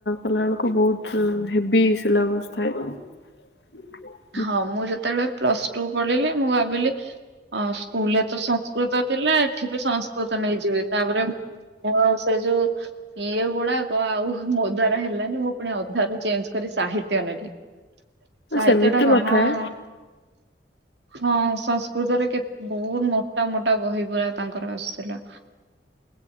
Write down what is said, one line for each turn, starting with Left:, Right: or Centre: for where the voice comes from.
Left: କଲା ବେଳକୁ ବହୁତ ଉ ହେେବସ ଅବସ୍ଥାରେ <inaudible>
Right: ହଁ ମୁଁ ଯେତେବେଳେ ପ୍ଲସ ଟୁ ପଢିଲି ମୁଁ ଭାବିଲି ସ୍କୁଲରେ ତ ସଂସ୍କୃତ ଥିଲା ଏଠି ବି ସଂସ୍କୃତ ନେଇଯିବି। ତାପରେ ମୋ ସେ ଯୋଉ ଇଏ ଗୁଡାକ ଆଉ ମୋ ଦ୍ଵାରା ହେଲାନି ମୁଁ ପୁଣି ଅଧାରୁ ଚେଞ୍ଜ କରି ସାହିତ୍ୟ ନେଲି ସାହିତ
Left: ସେମିତି
Right: କ
Left: ନଥାଏ
Right: ହଁ। ହଁ ସଂସ୍କୃତରେ କେ ବହୁତ ମୋଟା ମୋଟା ବହି ପରା ତାଙ୍କର ଆସୁଥିଲା।